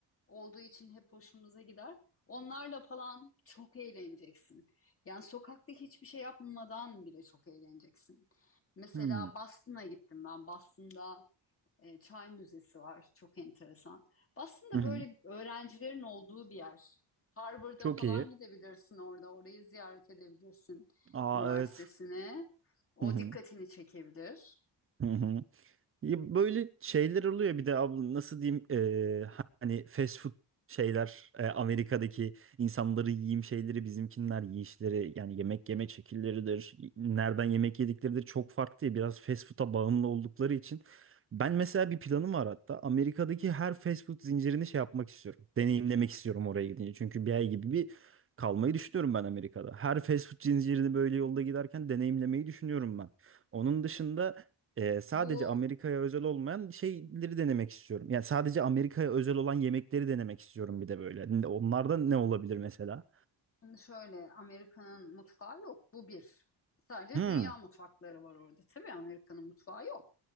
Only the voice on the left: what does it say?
olduğu için hep hoşumuza gider. Onlarla falan çok eğleneceksin. Yani sokakta hiçbir şey yapmadan bile çok eğleneceksin. Mesela
Boston'a gittim ben. Boston'da e, Çay Müzesi var. Çok enteresan. Boston'da
böyle öğrencilerin olduğu bir yer. Harvard'a
falan
gidebilirsin orada. Orayı ziyaret edebilirsin
üniversitesine.
O
dikkatini çekebilir.
Bu
Şimdi şöyle Amerika'nın mutfağı yok. Bu bir. Sadece
dünya mutfakları var orada. Tabii Amerika'nın mutfağı yok.